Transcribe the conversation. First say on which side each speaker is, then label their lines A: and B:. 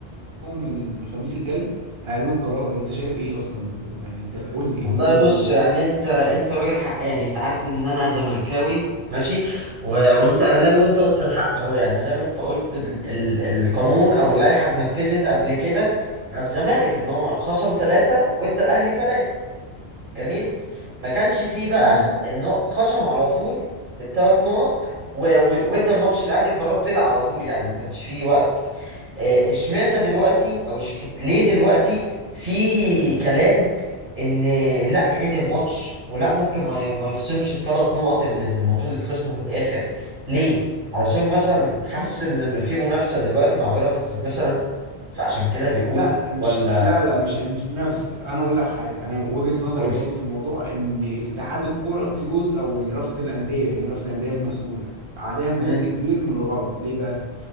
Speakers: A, on the right; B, on the right.
A: يوم الخميس الجاي هيعلنوا القرار انت شايف ايه اصلا يعني انت قول لي
B: والله
A: قول لي وجهه
B: بص
A: نظرك
B: يعني انت انت راجل حقاني انت عارف ان انا زملكاوي ماشي و... وانت اهلاوي وانت قلت الحق اهو يعني زي ما انت قلت ال... ال... القانون او اللائحه اتنفذت قبل كده على الزمالك ان هو خصم ثلاثه وادى الاهلي ثلاثه جميل ما كانش فيه بقى
A: جميل
B: ان هو خصم على طول الثلاث نقط و- و- وادى الماتش الاهلي القرار طلع على طول يعني ما كانش فيه وقت آه، اشمعنى دلوقتي او إش... ليه دلوقتي في كلام ان لا نعيد الماتش ولا ممكن ما ي- ما يخصمش الثلاث نقط اللي المفروض يتخصموا في الاخر ليه علشان مثلا حاسس ان في منافسه دلوقتي مع بيراميدز مثلا فعشان كده بيقولوا
A: لا مش
B: ولا
A: لا لا مش مش منافسه انا اقول لك حاجه انا وجهه نظري
B: قول
A: برضو في الموضوع ان اتحاد الكوره في جزء او رابطه الانديه لان رابطه الانديه هي المسؤوله عليها جزء
B: لي
A: كبير من الغلط ليه بقى